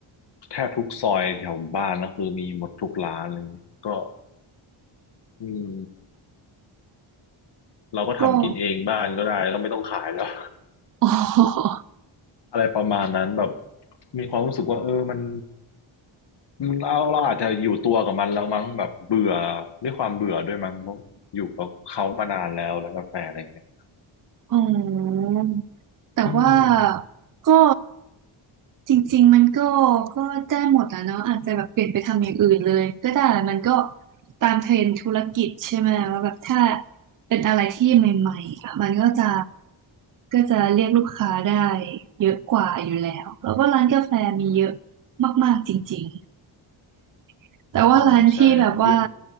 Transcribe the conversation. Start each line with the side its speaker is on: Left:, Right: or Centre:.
Left: แทบทุกซอยแถวบ้านก็คือมีหมดทุกร้านเลยก็อืมเราก็ทำกินเองบ้านก็ได้ก็ไม่ต้องขายแล้ว
Right: ก็ <laughs> อ๋อ
Left: อะไรประมาณนั้นแบบมีความรู้สึกว่าเออมัน อืมเราเราอาจจะอยู่ตัวกับมันแล้วมั้งแบบเบื่อด้วยความเบื่อด้วยมั้งเพราะอยู่กับเขามานานแล้วแล้วกาแฟอะไรเงี้ย
Right: อ๋อแต่ว่า
Left: อืม
Right: ก็ จริงๆมันก็ก็ได้หมดอะเนาะอาจจะแบบเปลี่ยนไปทำอย่างอื่นเลยก็ได้มันก็ตามเทรนด์ธุรกิจใช่ไหมว่าแบบถ้าเป็นอะไรที่ใหม่ๆอะมันก็จะก็จะเรียกลูกค้าได้เยอะกว่าอยู่แล้วแล้วก็ร้านกาแฟมีเยอะมากๆจริงๆแต่ว่าร้านพี่แบบว่า
Left: ใช่ใช่เยอะ